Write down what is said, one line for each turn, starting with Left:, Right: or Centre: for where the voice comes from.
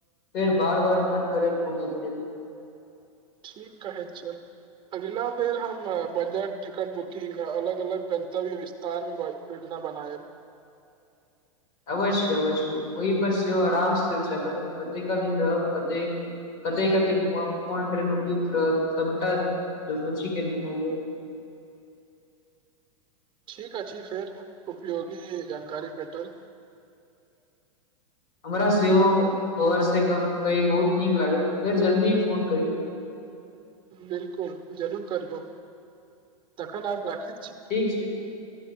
Left: फेर बार-बार मन करैत घूमै फेर
Right: ठीक कहै छल। अगिला बेर हम बजट टिकट बुकिंग अलग-अलग गन्तव्य विस तार में बाए योजना बनाएब
Left: अवश्य अवश्य ओहि पर सेहो अराम से चर्चा करब कतेका दिन रहब कतेक कते-कते घुमब कोन ट्रेन उपयुक्त रहत सबटा तऽ सोची के निर्णय लेब।
Right: ठीक अछि फेर उपयोगी जानकारी भेटल।
Left: हमरा सेहो तोहर से गप कइ बहुत नीक लागल फेर जल्दी फोन करी।
Right: बिल्कुल जरूर करबौ तखन आब राखी
Left: ठीक छैय